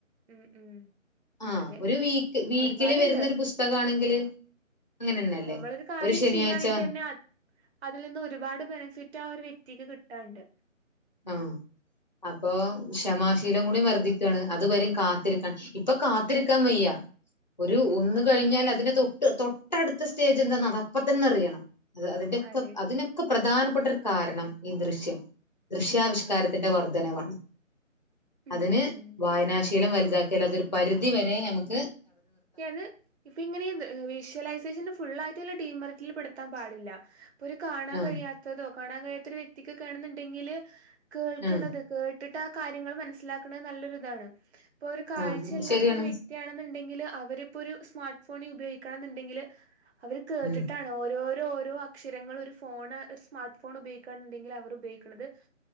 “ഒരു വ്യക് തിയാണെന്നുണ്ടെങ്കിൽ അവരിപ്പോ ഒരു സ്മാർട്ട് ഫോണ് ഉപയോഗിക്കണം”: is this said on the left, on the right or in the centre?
Right